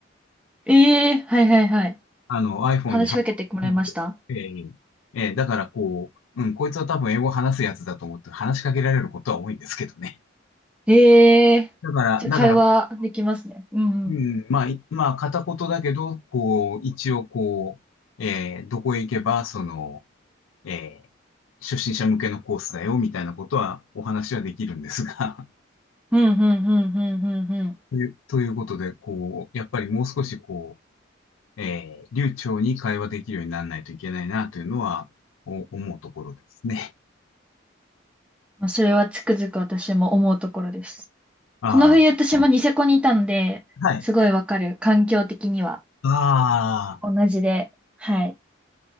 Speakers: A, in the centre; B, on the left.
A: ええはいはいはい。
B: <laughs> あの、iPhone
A: 話しかけてもらいました
B: に貼ってるとか、えーえーだからこう、うん、こいつは多分英語話すやつだと思って話しかけられることは多いんですけどね。
A: ええじゃあ会話できますね。
B: だから、だから、
A: うん。
B: うん、
A: うん、
B: まあ、いまあ、片言だけど、こう、一応こう、えーどこへ行けば、その、えー初心者向けのコースだよ、みたいなことはお話はできるんですが
A: うん、うん、うん、うん、うん。うん
B: <laughs> という、ということで、こう、やっぱりもう少しこう、えー流暢に会話できるようにならないといけないな、というのは、お思うところですね。
A: まあ、それはつくづく私も思うところです。
B: あ
A: この冬私もニセコにいたので、
B: あ、はい。
A: すごいわかる。環境的には
B: あ
A: 同じで。はい。